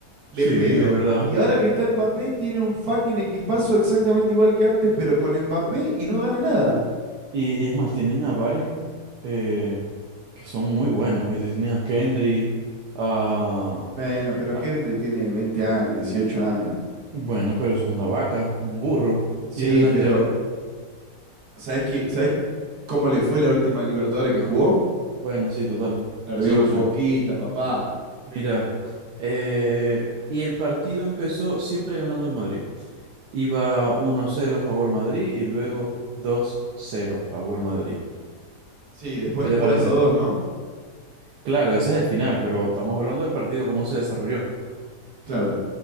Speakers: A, on the right (about 80°); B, on the right (about 65°).
A: Sí,
B: de pedo.
A: es verdad.
B: Y ahora que está Mbappé, tiene un fucking equipazo exactamente igual que antes, pero con Mbappé y no gana nada.
A: Y, y es más, tienen a varios eh, que son muy buenos. Y tienen a Kendry, a,
B: Bueno, pero
A: a-
B: Kendry tiene 20 años, 18 años.
A: Bueno, pero eso es una vaca, un burro,
B: Sí,
A: y es delantero.
B: pero ¿Sabés, qué- sabés cómo le fue la última Libertadores que jugó?
A: Bueno, sí, total.
B: Perdió
A: Sí lo
B: con
A: sé.
B: Boquita, papá.
A: Mira, eh, y el partido empezó siempre ganando el Madrid. Iba 1-0 favor Madrid y luego 2-0 favor Madrid.
B: Sí, después
A: ¿Qué te
B: cuatro
A: parece?
B: a dos, ¿no?
A: Claro, ese es el final, pero estamos hablando del partido, cómo se desarrolló.
B: Claro.